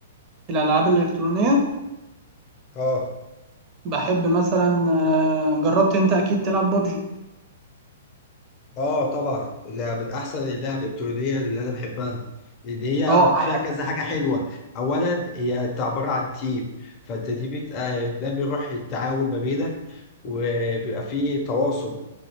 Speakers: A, on the right (about 35°); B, on the left (about 35°).
A: الألعاب الإلكترونية
B: آه
A: بحب مثلا آه، جربت أنت أكيد تلعب بابجي
B: آه طبعا ده من أحسن اللعب الإلكترونية اللي أنا بحبها. لأن هي
A: أه
B: فيها
A: على
B: كذا
A: قد
B: حاجة حلوة. أولا هي أنت عبارة عن تيم فأنت دي بت... آه، ده بيروح التعاون ما بينك وبيبقى فيه تواصل.